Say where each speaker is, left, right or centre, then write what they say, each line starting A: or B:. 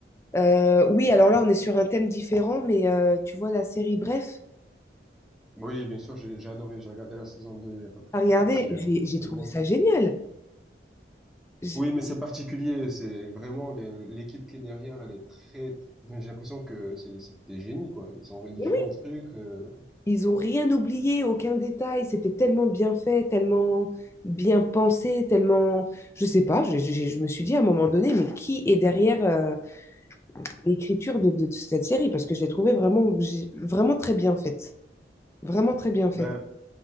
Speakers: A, on the left (about 15°); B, in the centre.
A: Euh, oui, alors là, on est sur un thème différent, mais euh, tu vois, la série Bref,
B: Oui, bien sûr, j'ai j'ai adoré, j'ai regardé la saison 2. il y a pas très
A: à
B: très
A: regarder,
B: enfin, si, il y a
A: j'ai
B: un
A: j'ai
B: peu
A: trouvé
B: moins.
A: ça génial. J'ai-
B: Oui, mais c'est particulier, c'est vraiment les- l'équipe qui est derrière, elle est très enfin, j'ai l'impression que c'est c'est des génies quoi, ils ont rédigé
A: Mais oui,
B: un truc euh...
A: ils ont rien oublié, aucun détail, c'était tellement bien fait, tellement bien pensé, tellement... Je sais pas, j'ai- j'ai- je me suis dit à un moment donné, mais qui est derrière... euh, l'écriture de, de- de cette série parce que je l'ai trouvée vraiment, j'ai- vraiment très bien faite. Vraiment très bien faite.
B: ben